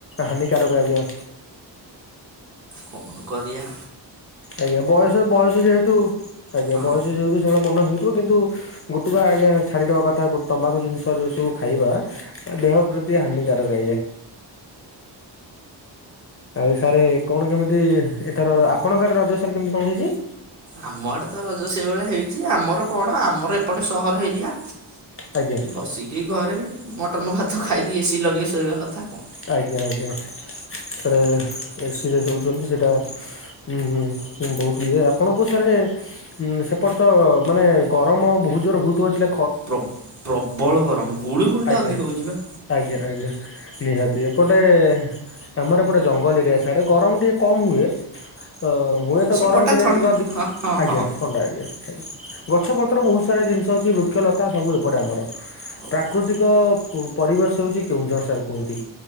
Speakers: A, on the left; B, on the right.
A: ହାନିକାରକ ଆଜ୍ଞା।
B: କଣ କରିଆ?
A: ଆଜ୍ଞା ବୟସ ବୟସ ଯେହେତୁ ଆଜ୍ଞା
B: ହଁ।
A: ବୟସ ଯେହେତୁ ସେଗୁଡା ମନ ହୁଏ <unintelligible> କିନ୍ତୁ ଗୋଟୁକା ଆଜ୍ଞା ଛାଡିଦବା କଥା ତମ୍ବାଖୁ ଜିନିଷ ଯୋଉ ସବୁ ଖାଇବା ଦେହ ପ୍ରତି ହାନିକାରକ ଆଜ୍ଞା। ଆଉ ସାରେ କଣ କେମିତି ଏଥର ଆପଣଙ୍କ ଆଡେ ରଜ ସାର୍ କେମିତି କଣ ହେଇଛି?
B: ଆମ ଆଡେ ତ ରଜ ସେଇଭଳିଆ ହେଇଚି ଆମର କଣ ଆମର ଏପଟେ ସହର ଏରିଆ।
A: ଆଜ୍ଞା
B: ବସିକି ଘରେ ମଟନ ଭାତ ଖାଇକି ଏସିି ଲଗେଇ ଶୋଇବା କଥା କଣ।
A: ଆଜ୍ଞା ଆଜ୍ଞା ସେରେ ଏ ସିରେ ହେଉଛନ୍ତି ସେଇଟା ହୁଁ ହୁଁ ବହୁତ ଇଏ ଆପଣଙ୍କୁ ସାରେ ହୁଁ ସେପଟେ ତ ମାନେ ଗରମ ବହୁତ ଜୋର ହଉଥିବ ଲା
B: ପ୍ର ପ୍ରବଳ ଗରମ ଗୁଳୁ ଗୁଳିଟା
A: ଆଜ୍ଞା
B: ଅଧିକ ହେଉଛି ବା।
A: ଆଜ୍ଞା ଆଜ୍ଞା ନିହାତି ଏପଟେ ଆମର ଏପଟେ ଜଙ୍ଗଲ ଏରିଆ ସାଡେ ଗରମ ଟିକେ କମ୍ ହୁଏ। ଅ ହୁଏତ
B: ସେପଟଟା
A: ଗରମ ଦିନରେ
B: ଥଣ୍ଡା
A: ଟିକେ ଅଧିକ,
B: ହଁ ହଁ
A: ଆଜ୍ଞା
B: ହଁ
A: ଥଣ୍ଡା ଆଜ୍ଞା। ଗଛ ପତ୍ର ବହୁତ ସାରା ଜିନିଷ ଅଛି ବୃକ୍ଷ ଲତା ସବୁ ଏପଟେ ଆମର। ପ୍ରାକୃତିକ
B: ଓହୋ
A: ପରିବେଶ ହଉଛି କେଉଁଝର ସାର୍ କୁହନ୍ତି।